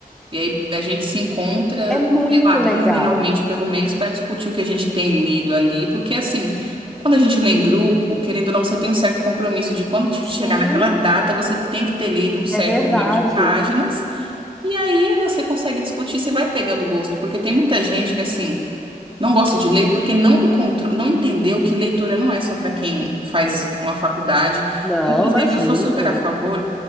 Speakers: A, on the right; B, in the centre.
A: E aí a gente se encontra,
B: É muito
A: sei lá,
B: legal.
A: quinzenalmente pelo menos, para discutir o que a gente tem lido ali, porque assim, quando a gente lê em grupo, querendo ou não, você tem um certo compromisso de quando te-
B: Sim,
A: chegar naquela data, você tem que ter lido um certo
B: é verdade.
A: número de páginas, e aí você consegue discutir, você vai pegando gosto, porque tem muita gente que assim, não gosta de ler porque não encontrou, não entendeu que leitura não é só para quem faz uma faculdade.
B: Não,
A: Inclusive,
B: imagina.
A: eu sou super a favor